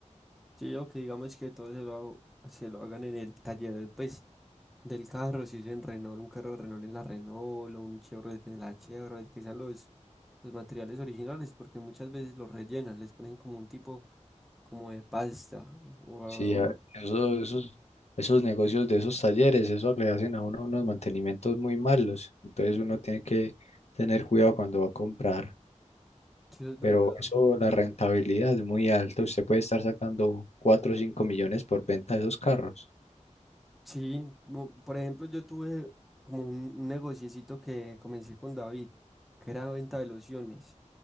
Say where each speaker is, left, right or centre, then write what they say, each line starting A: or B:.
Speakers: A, in the centre; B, on the left (about 60°).
A: Sí, o que digamos que todo se lo, hago- se lo hagan en el taller, pues, del carro, si es en Renault, un carro de Renault en la Renault, o un Chevrolet en la Chevrolet, que sean los, los materiales originales, porque muchas veces los rellenan, les ponen como un tipo, como de pasta, o,
B: Sí, a- eso- esos, esos negocios de esos talleres, eso le hacen a uno unos mantenimientos muy malos. Entonces uno tiene que tener cuidado cuando va a comprar.
A: si eso es verdad.
B: Pero eso, la rentabilidad es muy alta. Usted puede estar sacando 4 o 5 millones por venta de esos carros.
A: Sí, mo- por ejemplo, yo tuve como un, un negociecito que comencé con David, que era venta de lociones.